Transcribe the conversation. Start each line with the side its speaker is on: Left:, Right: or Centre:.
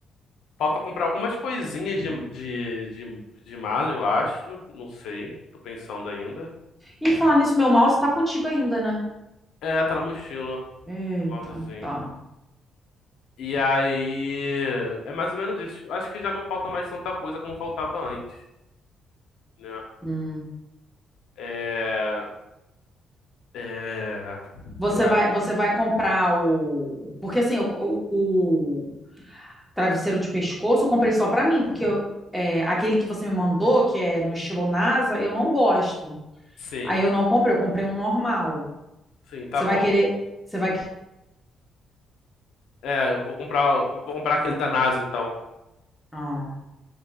Left: falta comprar algumas coisinhas de, de, de, de mala, eu acho. Não sei, tô pensando ainda.
Centre: E falar nisso, meu mouse tá contigo ainda, né?
Left: É, tá na mochila,
Centre: Eita,
Left: o mousezinho.
Centre: tá.
Left: E aí, é mais ou menos isso. Tipo, Acho que já não falta mais tanta coisa como faltava antes, né?
Centre: Hum.
Left: É, é,
Centre: Você
Left: eu acho,
Centre: vai, você vai comprar o. Porque assim, o, o, o travesseiro de pescoço eu comprei só pra mim, porque eu- é, aquele que você me mandou, que é no estilo NASA, eu não gosto.
Left: sim,
Centre: Aí eu não comprei, eu comprei um normal.
Left: sim, tá
Centre: Você
Left: bom.
Centre: vai querer. Você vai. que-
Left: É, eu vou comprar, vou, vou comprar aquele da NASA então,
Centre: Ah.